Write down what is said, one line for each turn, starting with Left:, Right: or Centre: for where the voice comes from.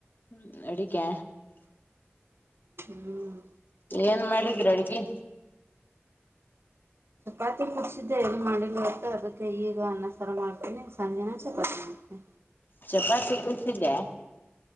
Left: ಹ್ಮ್ ಅಡಿಗ್ಯ.
Right: ಹ್ಮ್
Left: ಏನ್ ಮಾಡಿದ್ರಿ ಅಡ್ಗೆ.
Right: ಚಪಾತಿ ಕುದ್ಸಿದ್ದೆ ಎನ್ ಮಾಡಿಲ್ ಅತ್ತ ಅದಕ್ಕೆ ಈಗ ಅನ್ನ ಸರ ಮಾಡ್ತೀನಿ ಸಂಜೆನ ಚಪಾತಿ ಮಾ ಹ್ಮ
Left: ಚಪಾತಿ ಕುದ್ಸಿದ್ಯ